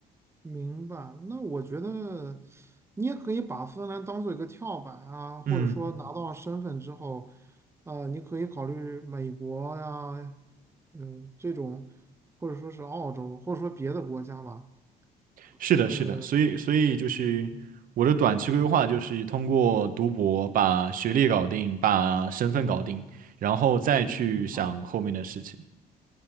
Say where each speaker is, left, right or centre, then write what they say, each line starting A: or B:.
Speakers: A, on the right; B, on the right.
A: 明白。那我觉得你也可以把芬兰当做一个跳板啊，或者说拿到身份之后，
B: 嗯。
A: 呃，你可以考虑美国呀，嗯、这种，或者说是澳洲，或者说别的国家吧。
B: 是的，
A: 呃，
B: 是的，所以所以就是我的短期规划就是通过读博把学历搞定，
A: 嗯，
B: 把身份搞定，
A: 嗯
B: 然后再去想后面的事情。
A: 对，挺好的。